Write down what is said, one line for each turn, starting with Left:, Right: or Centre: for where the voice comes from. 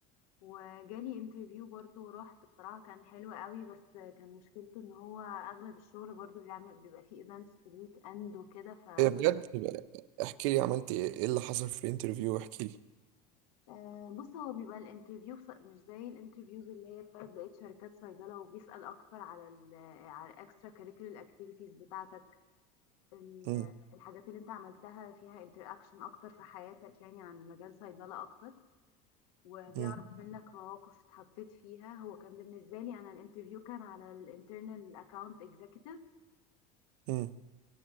Left: وجالي انترفيو برضو ورحت بصراحة كان حلو قوي بس كان مشكلته ان هو اغلب الشغل برضو بيعمل بيبقى فيه ايفنتس في الويك اند وكده ف
Right: ايه بجد احكي لي عملت ايه إيه اللي حصل في الانترفيو احكي لي
Left: آه، بص هو بيبقى الانترفيو بص- مش زي الانترفيوز اللي هي بتاعت بقية شركات صيدلة وبيسأل اكتر على ال على الاكسترا كاريكولر اكتيفيتيز بتاعتك ال-
Right: مم.
Left: الحاجات اللي انت عملتها فيها انتر اكشن اكتر في حياتك يعني عن مجال صيدلة اكتر وبيعرف
Right: مم.
Left: منك مواقف اتحطيت فيها هو كان بالنسبة لي أنا الانترفيو كان على الانترنال اكاونت اكزيكتيف
Right: مم.